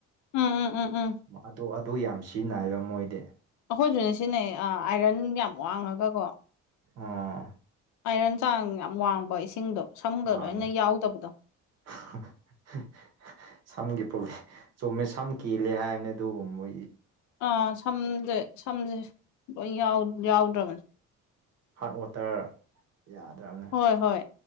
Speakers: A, on the left; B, on the right.
A: ꯎꯝ ꯎꯝ ꯎꯝ ꯎꯝ
B: ꯑꯗꯨ ꯑꯗꯨ ꯌꯥꯝ ꯁꯤꯖꯤꯟꯅꯩꯕ ꯃꯣꯏꯗꯤ
A: ꯑꯩꯈꯣꯏꯁꯨꯅꯦ ꯁꯤꯟꯅꯩ ꯑꯥꯏꯔꯟ ꯌꯥꯝ ꯋꯥꯡꯉꯒ ꯀꯣ
B: ꯑꯥ
A: ꯑꯥꯏꯔꯟ ꯆꯥꯡ ꯌꯥꯝ ꯋꯥꯡꯕ ꯏꯁꯤꯡꯗꯣ ꯁꯝꯒ
B: ꯋꯥꯡꯉꯦ
A: ꯂꯣꯏꯅ ꯌꯥꯎꯗꯕꯗꯣ
B: <unintelligible> ꯁꯝꯒꯤ ꯄ꯭ꯔꯣꯕ꯭ꯂꯦꯝ ꯆꯨꯝꯃꯦ ꯁꯝ ꯀꯦꯜꯂꯦ ꯍꯥꯏꯕꯅꯦ ꯑꯗꯨꯒꯕ ꯃꯣꯏꯒꯤ
A: ꯑꯥ ꯁꯝꯖꯦ ꯁꯝꯖꯦ ꯂꯣꯏ ꯌꯥꯎ ꯌꯥꯎꯗ꯭ꯔꯕꯅꯦ
B: ꯍꯥꯔꯠ ꯋꯥꯇꯔ ꯌꯥꯗ꯭ꯔꯕꯅꯦ
A: ꯍꯣꯏ ꯍꯣꯏ